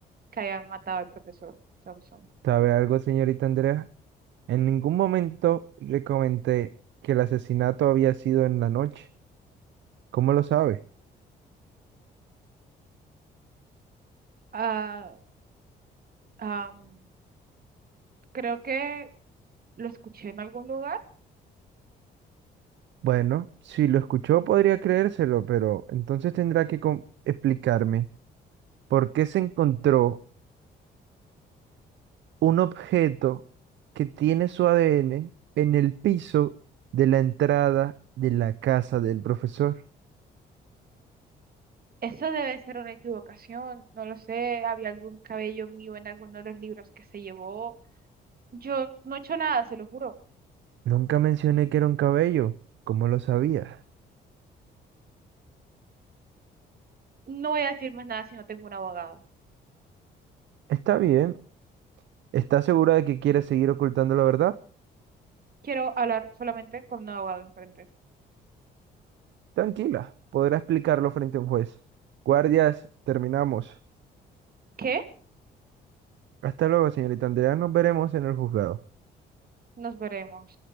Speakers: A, on the right (about 50°); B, on the right (about 70°).
A: que habían matado al profesor Thompson.
B: ¿Sabe algo, señorita Andrea? En ningún momento le comenté que el asesinato había sido en la noche. ¿Cómo lo sabe?
A: Ah, am, creo que lo escuché en algún lugar.
B: Bueno, si lo escuchó podría creérselo, pero entonces tendrá que com- explicarme por qué se encontró un objeto que tiene su ADN en el piso de la entrada de la casa del profesor.
A: Eso debe ser una equivocación, no lo sé, había algún cabello mío en alguno de los libros que se llevó. Yo no he hecho nada, se lo juro.
B: Nunca mencioné que era un cabello. ¿Cómo lo sabías?
A: No voy a decir más nada si no tengo un abogado.
B: Está bien. ¿Está segura de que quiere seguir ocultando la verdad?
A: Quiero hablar solamente con un abogado enfrente.
B: Tranquila, podrá explicarlo frente a un juez. Guardias, terminamos.
A: ¿Qué?
B: Hasta luego, señorita Andrea. Nos veremos en el juzgado.
A: Nos veremos.